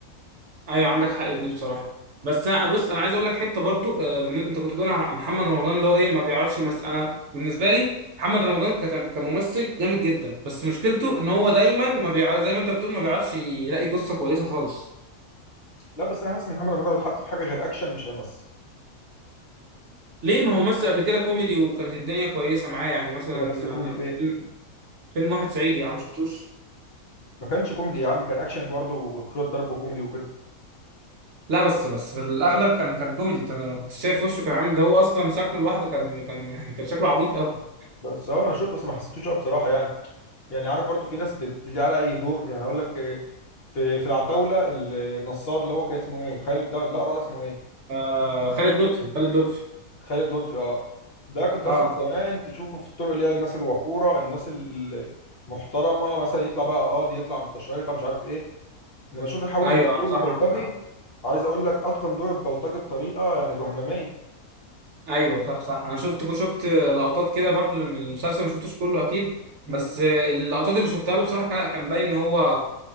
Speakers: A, on the right; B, on the left.
A: ايوه عندك حق في دي بصراحه بس أنا- بص انا عايز اقول لك حته برضو آه، بالن- انت كنت بتقول على محمد رمضان اللي هو ايه ما بيعرفش يمثل انا بالنسبه لي محمد رمضان كت- كممثل جامد جدا بس مشكلته ان هو دايما ما بيع... زي ما انت بتقول ما بيعرفش يلاقي قصه كويسه خالص
B: لا بس انا حاسس ان محمد رمضان لو اتحط في حاجه غير اكشن مش هيمثل
A: ليه ما هو مثل قبل كده كوميدي وكانت الدنيا كويسه معاه يعني مثلا
B: اذا مثل كوميدي
A: آه،
B: فين
A: فيلم فيلم واحد صعيدي يا عم شفتوش
B: ما كانش كوميدي يا عم كان اكشن برضه وشويه ضرب وكوميدي وكده
A: لا بس بس في الاغلب كان كان كوميدي انت ما كنتش شايف وشه كان عامل ده هو اصلا شكله لوحده كان كان <laughs> يعني كان شكله عبيط قوي
B: بس اه انا شفت بس ما حسيتوش قوي بصراحه يعني يعني عارف برضه في ناس بتلي على اي دور يعني هقول لك إيه، في في العتاوله النصار اللي هو كان اسمه ايه خالد ده لا اسمه ايه
A: آه خالد لطفي خالد لطفي
B: خالد لطفي اه ده كنت
A: اه
B: اصلا زمان تشوفه في الطرق اللي هي الناس الوقوره الناس المحترمه مثلا يطلع بقى قاضي يطلع مستشار يطلع مش عارف ايه انما اشوف يحول
A: ايوه
B: في الدور
A: صح
B: البلطجي
A: عندك حق.
B: عايز اقول لك اتقن دور البلطجي بطريقه يعني جهنميه
A: ايوه صح صح انا شفت شفت لقطات كده برضو من المسلسل ما شفتوش كله اكيد بس
B: مم.
A: آه، اللقطات اللي شفتها له بصراحه كان لا كان باين ان هو